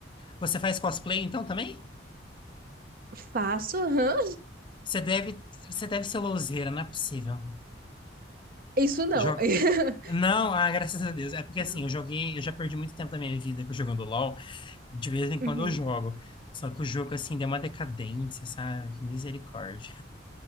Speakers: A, on the left (about 25°); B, on the right (about 55°).
A: Você faz cosplay então também?
B: Faço, aham.
A: Você deve, você deve ser louzeira, não é possível.
B: Isso não.
A: Joga.
B: <laughs>
A: Não, ah, graças a Deus. É porque assim,
B: Não.
A: eu joguei, eu já perdi muito tempo da minha vida jogando LOL. De vez em
B: Uhum.
A: quando eu jogo. Só que o jogo, assim, deu uma decadência, sabe? Que misericórdia.